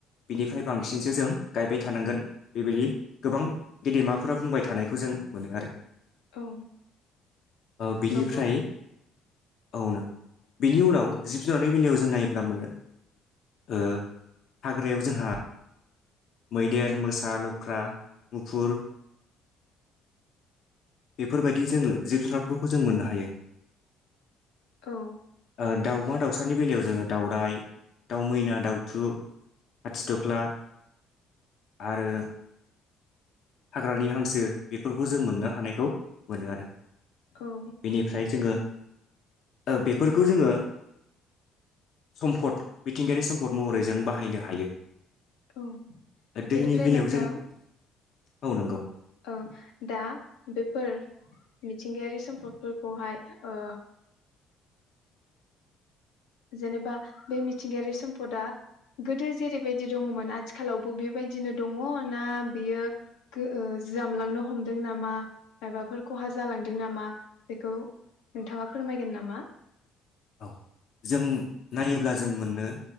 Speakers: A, on the left; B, on the left.
A: बिनिफ्राय बांसिनसो जों गायबाय थानांगोन बेबायदि गोबां गेदेमाफ्रा बुंबाय थानायखौ जों मोनो आरो
B: औ
A: ओ बिनिफ्राय
B: नंगौ
A: औ नंगौ बेनि उनाव जिब जुनारनि बेलायाव जों नायोब्ला मोनो। ओ हाग्रायाव जोंहा। मैदेर मोसा लख्रा मुफुर बेफोरबायदि जोङो जिब जुनारफोरखौ जों मोननो हायो।
B: औ
A: ओ दाउमा दाउसानि बेलायाव जोङो दाउरराय दाउ मैना दाउथु आथिद'गला आरो हाग्रानि हांसो बेफोरखौ जों मोननो हानायखौ मोनो आरो।
B: औ
A: बेनिफ्राय जोङो ओ बेफोरखौ जोङो सम्पद मिथिंगायारि सम्पद महरै जों बाहायनो हायो।
B: औ
A: दैनि
B: बेनिफ्राय
A: बेलायाव
B: नोंथां।
A: जों औ नोंगौ।
B: ओ दा बेफोर मिथिंगायारि सम्पदफोरखौहाय ओ। जेनेबा बे मिथिंगायारि सम्पदा गोदो जेरैबायदि दङमोन आथिखालावबो बेबायदिनो दङ ना बियो ओ जामलांनो हमदों नामा माबाफोर खहा जालांदों नामा बेखौ नोंथाङा फोरमायगोन नामा?
A: औ जों नायोब्ला जों मोनो